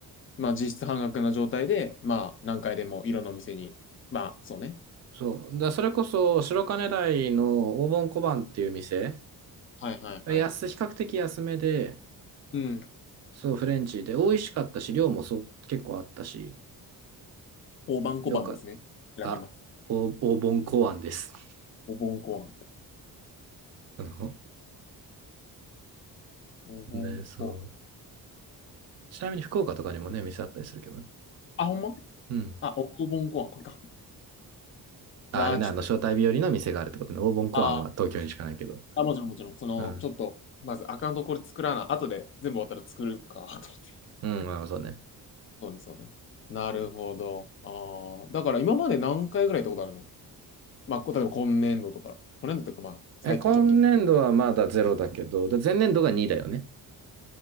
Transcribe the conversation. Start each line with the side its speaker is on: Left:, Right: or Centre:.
Left: まあ、実質半額な状態で、まあ、何回でもいろんなお店に。まあ、そうね。
Right: そう。だ、それこそ、白金台の黄金小判っていう店、
Left: はいはいはい。
Right: 安、比較的安めで、
Left: うん。
Right: そう、フレンチで、美味しかったし、量もそう、結構あったし、
Left: 大判小判ですね。
Right: よかっ
Left: 調べます。
Right: た。あ、お黄金小判です。
Left: お盆小判。
Right: <laughs> あの、
Left: お盆小判。
Right: ね、そう。ちなみに福岡とかにもね、店あったりするけどね。
Left: あ、ほんま
Right: うん。
Left: あ、おお盆小判、これか。
Right: ああれね、
Left: うわあ、ちょっと。
Right: あの、招待日和の店があるってことね。オーボンコアンは東京にしかないけど。
Left: ああ、もちろん、もちろん。その、
Right: うん。
Left: ちょっと、まずアカウントこれ作らな。後で全部終わったら作るか、と思って。
Right: うん、まあそうね。
Left: そうです、そうです。なるほど。ああ。だから今まで何回ぐらい行ったことあるのまあ、こ例えば今年度とか。今年度とか、まあ、最近直近。
Right: え、今年度はまだゼロだけど、で前年度が2だよね。